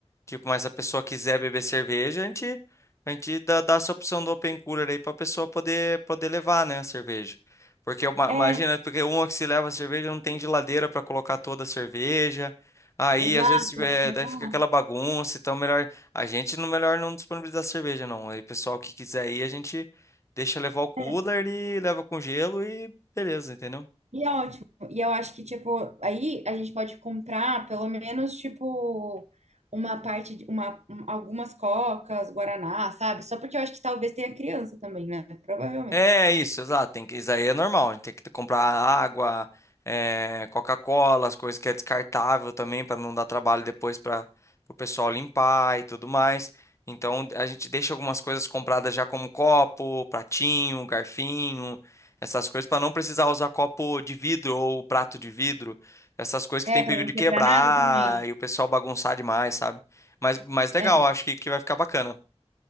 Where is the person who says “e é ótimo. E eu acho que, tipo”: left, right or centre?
Right